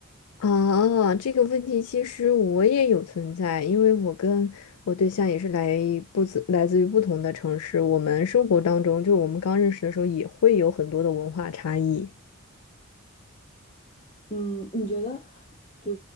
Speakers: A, on the left; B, on the left.
A: 啊，这个问题其实我也有存在，因为我跟我对象也是来不自来自于不同的城市，我们生活当中，就我们刚认识的时候也会有很多的文化差异。
B: 嗯，你觉得，就